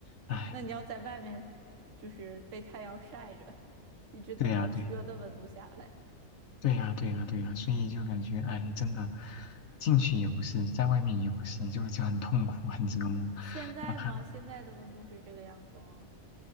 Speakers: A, on the left; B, on the right.
A: 哎，
B: 那你要在外面就是被太阳晒着，一直等到车的温度下来。
A: 对呀、对呀、对呀，对呀，对呀，所以就感觉，哎，真的，进去也不是，
B: 嗯。
A: 在外面也不是，就就很痛苦，很折磨。
B: 现在吗？
A: 哪怕
B: 现在的温度是这个样子吗？